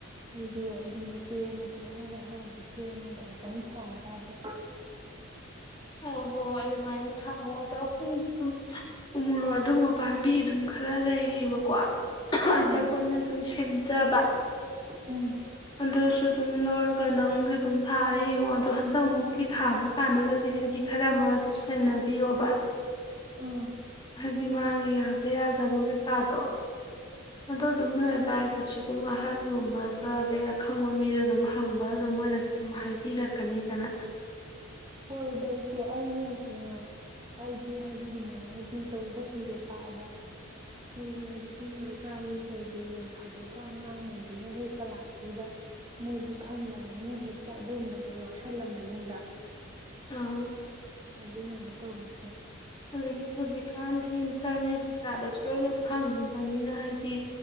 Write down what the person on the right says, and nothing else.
ꯑꯩꯁꯨ ꯑꯗꯨꯝ ꯃꯇꯦꯛ ꯑꯃ ꯐꯖꯅ ꯂꯩꯍꯥꯎꯗꯨ ꯁꯦꯝꯃꯒ ꯑꯝꯇꯪ ꯊꯥ ꯇꯔꯦ
ꯑꯥ
ꯎꯝ
ꯎꯝ
ꯍꯣꯏ
ꯍꯣꯏ ꯑꯗꯣ ꯏꯆꯦ ꯑꯩꯅ ꯁꯨꯅ‌ꯦ ꯑꯩꯗꯤ ꯍꯥꯏꯗꯤ ꯑꯗꯨꯃꯥꯏꯅꯗꯤ ꯇꯧ ꯇꯧꯁꯤꯟꯗꯦꯕ ꯑꯗ ꯑꯩꯈꯣꯏꯒꯤ ꯍꯥꯏꯗꯤ ꯁꯨꯝ ꯂꯩꯀꯥꯏꯒꯤ ꯀꯩꯒꯤ ꯅꯣꯡ ꯐꯥꯗꯣꯛꯀ ꯑꯉꯥꯡꯅꯕꯤꯅ ꯍꯦꯛꯄ ꯂꯥꯛꯄꯗꯨꯗ ꯃꯣꯏꯗꯤ ꯈꯪꯗꯕꯅꯤꯅ ꯍꯦꯛꯇ ꯑꯗꯨꯒꯨꯝꯝꯕꯗꯣ ꯌꯥꯎꯁꯜꯂꯝꯃꯅꯤꯕ
ꯑꯗꯨꯅꯅꯦ ꯇꯧꯔꯤꯁꯦ